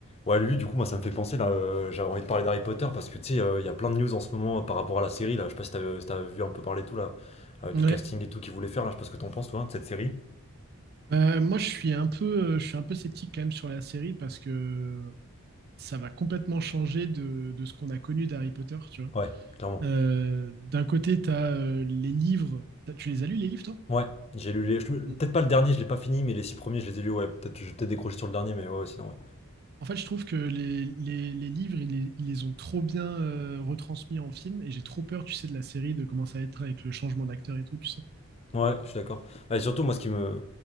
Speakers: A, on the left; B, on the right.
A: Ouais, lui, du coup, moi, ça me fait penser, là, euh, j'avais envie de parler d'Harry Potter parce que, tu sais, euh, il y a plein de news en ce moment euh, par rapport à la série, là. Je sais pas si t'as si t'as vu un peu parler et tout, là, euh, du
B: Ouais.
A: casting et tout qu'ils voulaient faire, là. Je sais pas ce que t'en penses, toi, hein, de cette série.
B: Bah, moi, je suis un peu, euh, je suis un peu sceptique quand même sur la série parce que ça va complètement changer de, de ce qu'on a connu d'Harry Potter, tu vois.
A: Ouais, clairement.
B: Euh, d'un côté, tu as les livres. T'as- tu les as lus, les livres, toi?
A: Ouais, j'ai lu les. je- Peut-être
B: Mm.
A: pas le dernier, je l'ai pas fini, mais les six premiers, je les ai lus, ouais. Peut-être, j'ai peut-être décroché sur le dernier, mais ouais, ouais, sinon, ouais.
B: En fait, je trouve que les, les- les livres, ils les, ils les ont trop bien euh, retransmis en film et j'ai trop peur, tu sais, de la série, de comment ça va être avec le changement d'acteur et tout, tu sais.
A: Ouais, je suis d'accord. Bah, surtout, moi, ce qui me.